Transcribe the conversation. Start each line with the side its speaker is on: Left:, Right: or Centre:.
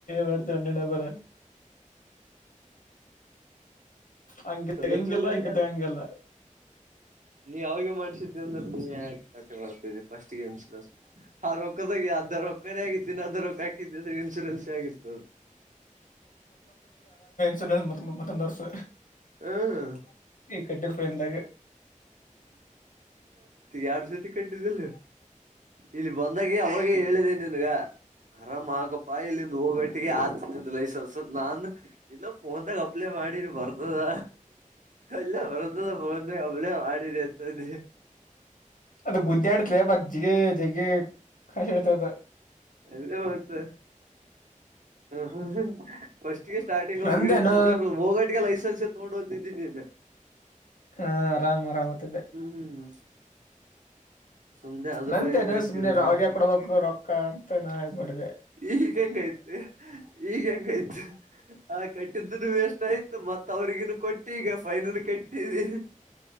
Left: ಮಾಡ್ತಾರೆ ಅಣ್ಣ ಬರ ಹಂಗ
Right: ಚಲೋ
Left: ಹೆಂಗಿಲ್ಲ
Right: ಚಲೋ
Left: ಹಿಂಗತ
Right: ನೀ ಆತಾ
Left: ಹಂಗಲ್ಲ
Right: ನೀ ಅವೇ ಮಾಡ್ಸಿದ್ದೆ ಅಂದ್ರೆ ನೀ ಯಾಕ್ ಕಟ್ಟಿ ಬರ್ತರಿ ಫಸ್ಟ್ ಅನ್ಸ ಆ ರೊಕ್ಕದಾಗ ಅದ ರೊಕ್ಕನೇ ಆಗಿತ್ತಿನಿ ಅದಧ ರೊಕ್ಕ ಹಾಕಿದ್ದ ಇಸೂರೆನ್ಸ ಆಗಿತ್ತು
Left: ಚ ಮತ್ತೊಂದ್ ವರ್ಷ
Right: ಹ್ಮ್
Left: ಕಟ್ಟರ್ ಪಂದಾಗ
Right: ಎರಡು ಸತಿ ಕಟ್ಟಿದ್ದಿಲ್ಲ ಇಲ್ಲಿ ಬಂದಾಗ ಅವಾಗೇ ಹೇಳಿದೆ ನಿನ್ಗ ಅರಾಮ್ ಆಕಪ್ಪಾ ಇಲ್ಲಿಂದ ಹೋಗಟ್ಟಿಗೆ ಆತ ನಿಂದ ಲೈಸನ್ಸ್ ನಾ ಅಂದ್ರ ಇಲ್ಲ ಫೋನ್ ಕಪ್ಲೆ ಮಾಡಿ ಬರ್ತದ ಎಲ್ಲ ಬರ್ತದ ಫೋನ್ ಕಪ್ಲೆ ಮಾಡಿ ಸರಿ ಅತದೆ
Left: ಅದ ಗುದ್ದೆ ಆಡ್ತ ಮಜ್ಜಿಗೆ ಜಗ್ ಕಷ ಇಡ್ತದ
Right: ಅದೇ ಮತ್ತ ಹ ಫಸ್ಟ್ಗೆ ಸ್ಟಾರ್ಟಿಂಗ್
Left: ನಂದೇನು
Right: ಅವ್ಿಗೆ ಹೇಳಿದ್ದ ಅಂದ್ರೆ ಹೋಗಟಿಗೆ ಲೈಸನ್ಸ್ ತಗೊಂಡ ಹೋಗ್ತಿದ್ದೀಿ ನಿಮೆ
Left: ಹಾ ಆರಾಮ್ ಆರಾಮತಿದ್ದೆ
Right: ಹ್ಮ್ ಸುಮ್ನೆ ಅದು
Left: ನಂದೇನ
Right: ಫೈನ್ ಕಟ್ಟಿ
Left: ಸುಮ್ನೆ
Right: ಇದು ಫೈನ್
Left: ಅವ್ರ್ಯ ಕೊಡಬೇಕು ರೊಕ್ಕ ಅಂತ ನಾ ಇದ್ ಮಾಡೆ
Right: ಈಗ ಹಂಗಾಯ್ತು ಈಗ ಹಂಗಯ್ತು ಆ ಕಟ್ಟಿದ್ದನು ವಷ್ಟ ಆಯ್ತು ಮತ್ತ ಅವ್ರಿಗನು ಕೊಟ್ಟ ಈಗ ಫೈನಲ್ ಕೆಟ್ಟಿದಿ